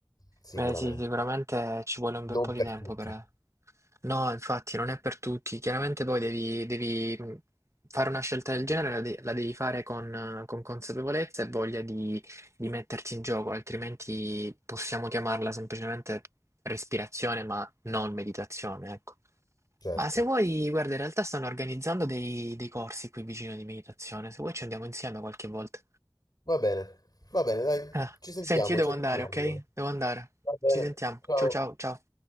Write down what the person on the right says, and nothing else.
Beh sì, sicuramente ci vuole un bel
po' di
tempo
per... No, infatti non è per tutti. Chiaramente poi devi, devi, mh, fare una scelta del genere, la, de- la devi fare con, eh, con consapevolezza e voglia di, di metterti in gioco, altrimenti possiamo chiamarla semplicemente respirazione, ma non meditazione, ecco.
Ma se vuoi, guarda, in realtà stanno organizzando dei, dei corsi qui vicino di meditazione, se vuoi ci andiamo insieme qualche volta.
Ah,
senti, io devo
andare, ok?
Devo andare.
Ci sentiamo.
Ciao ciao ciao.